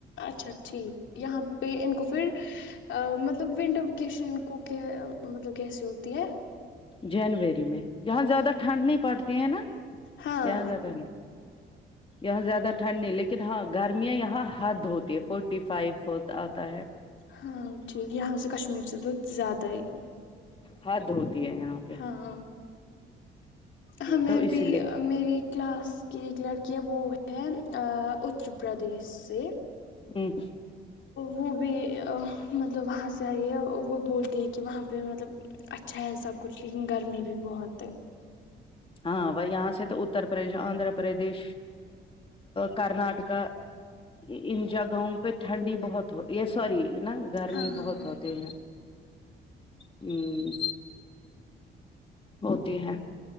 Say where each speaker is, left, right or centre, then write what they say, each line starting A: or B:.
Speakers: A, on the left (about 70°); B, on the left (about 25°).
A: اچھا ٹھیک یہاں پہ ان کو پھر ا مطلب ونڈو وکیشن کو کیا مطلب کیسی ہوتی ہے
B: جنوری میں جہاں زیادہ ٹھنڈ نہیں پڑتی ہیں نا
A: ہاں
B: یہاں زیادہ نا یہاں زیادہ ٹھنڈ نہیں لیکن ہاں گرمیاں یہاں حد ہوتی ہے فورٹی فائیو آتا ہے
A: ہاں ٹھیک یہاں سے کشمیر سے تو زیادہ ہی
B: حد ہوتی ہے یہاں پہ
A: ہاں ہمیں
B: تو اس
A: بھی
B: لیے
A: امیری کلاس کی ایک لڑکی ہے وہ ہے ا اتر پردیش سے
B: ہمم
A: وہ بھی مطلب وہاں سے آئی ہے وہ بولتی ہے کہ وہاں پہ مطلب اچھا ہے سب کچھ لیکن گرمی بھی بہت ہے
B: ہاں بائی یہاں سے تو اتر پردیش آندھرا پردیش کرناٹکا انن جگہوں پہ ٹھنڈی بہت ہو یہ سوری ہے نا گرمی
A: ہاں ہاں
B: بہت
A: ہ
B: ہوتے ہیں ہمم ہوتی ہے